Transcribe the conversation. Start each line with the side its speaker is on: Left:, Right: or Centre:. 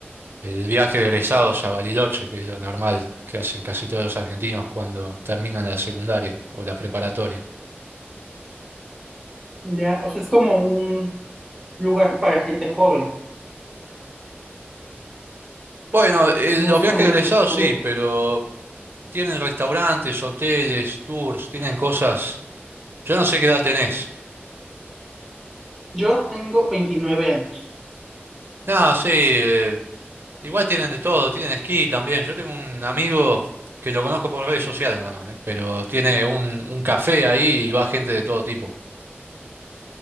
Right: el viaje de egresados a Bariloche, que es lo normal que hacen casi todos los argentinos cuando terminan la secundaria o la preparatoria.
Centre: Ya, o sea, es como un lugar para gente joven,
Right: Bueno, eh,
Centre: no
Right: los
Centre: es
Right: viajes
Centre: como...
Right: de egresados
Centre: tanto-
Right: sí, pero tienen restaurantes, hoteles, tours, tienen cosas. Yo no sé qué edad tenés.
Centre: Yo tengo veintinueve años.
Right: No, sí. eh, Igual tienen de todo, tienen esquí también. Yo tengo un amigo que lo conozco por redes sociales nada más, ¿eh? Pero tiene un, un café ahí y va gente de todo tipo.